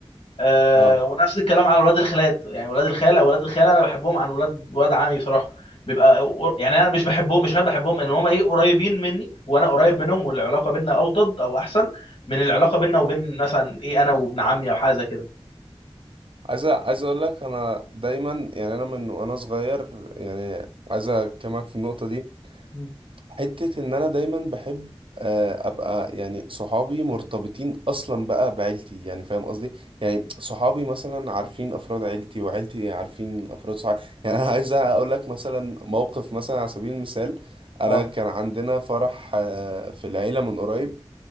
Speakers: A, on the left; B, on the right.
A: آه
B: اه
A: ونفس الكلام على ولاد الخالات يعني ولاد الخال او ولاد الخاله انا بحبهم عن ولاد ولاد عمي بصراحه بيبقى يعني انا مش بحبهم مش حابب بحبهم ان هم ايه قريبين مني وانا قريب منهم والعلاقه بينا اوطد او احسن من العلاقه بينا وبين مثلا ايه انا وابن عمي او حاجه زي كده
B: عايز عايز اقول لك انا دايما يعني انا من وانا صغير يعني عايز اكلمك في النقطه دي
A: مم.
B: حته ان انا دايما بحب آه، ابقى يعني صحابي مرتبطين اصلا بقى بعيلتي يعني فاهم قصدي يعني صحابي مثلا عارفين افراد عيلتي وعيلتي عارفين افراد صحابي <laughs> يعني انا عايز اقول لك مثلا موقف مثلا على سبيل المثال انا
A: اه
B: كان عندنا فرح آه، في العيله من قريب